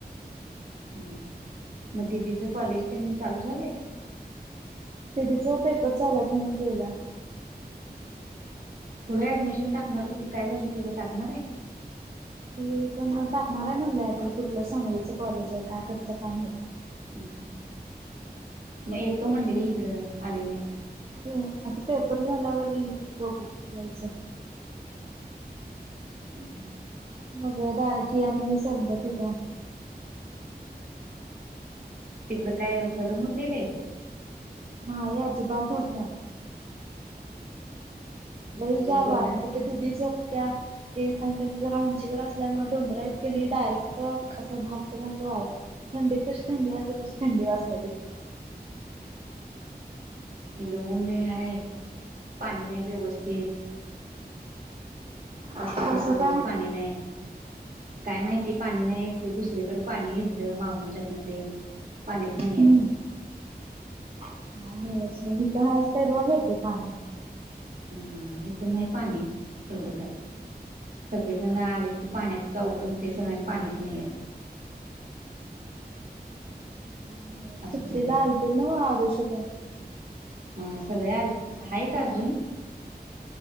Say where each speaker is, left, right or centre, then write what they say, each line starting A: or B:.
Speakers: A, on the right; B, on the right.
A: हं म दिदीच कॉलेज तेन चालू झाले
B: दीदींचं पेपर चालु आहेत म्हणून गेला.
A: पुढे ऍडमिशन टाकणार हो ती काय झाली तिचं टाकणार आहे.
B: ती पण टाकणार आहे म्हणलंय, कुठलं सांगलीच कॉलेज आहे, काय करता काय माहीत
A: हूं हूं म येतो म्हणलेली इकडं आली नाही
B: ह आता पेपर झालावर यील की बघू यायच
A: हम्म.
B: मग दाय ती आणि मी संगच येतो
A: हूं! तिकडं काय गरम होतलय?
B: नाय अजीबात होत नाही.
A: इकडं
B: लही
A: लय
B: गारवाार्यां
A: गरम होते
B: त न तिथं दिदी झोपत्या ते आणि त्यांच जरा उंचीवर असल्यामुळे डोंगरा इतके नी डायरेक्ट असं भास भास वा थंडीत कशी थंडी असे तशी थंडी वाजते तीथून
A: ईकड ऊनले हाय पाणी नाही व्यवस्थित. पास
B: कसं
A: सा पास सा
B: काय?
A: दिवस पाणी नाही, काय माहिती पाणी नाही तर दुसरीकडे पाणी घेतलं मामु च्यातन ते पाणीच
B: हम्म
A: नाही आहे
B: काय नाही वांच व हीथ हाय असतय रोज येतय पाणी.
A: हम्म हीत नाही पाणी एवड काय. सगळे जण आलेत की पाण्याच अवघड होतय सगळ्यांना पाणीच नहिय.
B: <inaudible> काय
A: असं
B: सुट्टीला
A: झालंय
B: आलत ना व आरुशी ते.
A: हा सगळे आल आहेत अजून.